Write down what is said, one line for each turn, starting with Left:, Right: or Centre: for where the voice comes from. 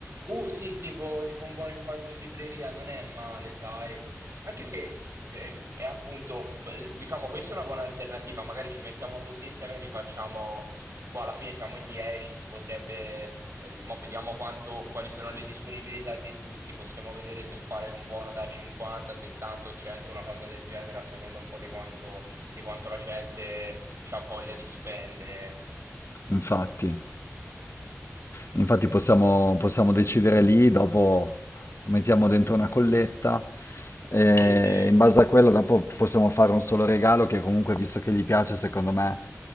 Right: Uh, sì, tipo, tipo un buono in qualche libreria, non è male, sai. Anche se eh, è appunto, beh, diciamo, questa è una buona alternativa. Magari ci mettiamo tutti insieme e li facciamo. Boh, alla fine siamo in 10, si potrebbe. eh, mo vediamo quanto, quali sono le disponibilità di tutti. Possiamo vedere se fare un buono da 50, 70 o 100, una cosa del genere, a seconda un po' di quanto, di quanto la gente ha voglia di spendere, ecco.
Left: Infatti. Infatti possiamo, possiamo decidere lì, dopo lo mettiamo dentro una colletta e
Right: Sì, sì.
Left: in base a quella dopo possiamo fare un solo regalo che comunque, visto che gli piace, secondo me,